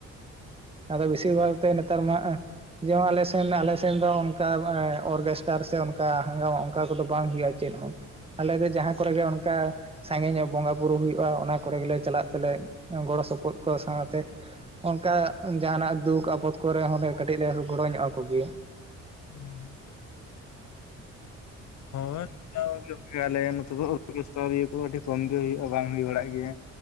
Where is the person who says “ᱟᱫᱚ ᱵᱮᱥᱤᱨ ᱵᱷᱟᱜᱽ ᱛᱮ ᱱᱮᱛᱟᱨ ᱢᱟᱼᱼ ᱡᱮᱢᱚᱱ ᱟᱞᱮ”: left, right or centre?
Right